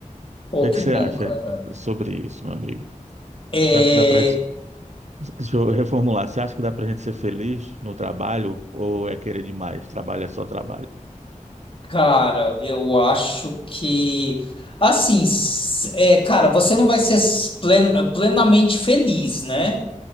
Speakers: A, on the left (about 40°); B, on the right (about 55°).
A: Pô,
B: que é
A: que
B: que você
A: bom,
B: acha
A: cara.
B: sobre isso, meu amigo?
A: É,
B: Você acha que dá para Deixa eu reformular. Você acha que dá pra gente ser feliz no trabalho ou é querer demais? Trabalho é só trabalho.
A: cara, eu acho que. Assim, s- é, cara, você não vai ser s- plen- plenamente feliz, né?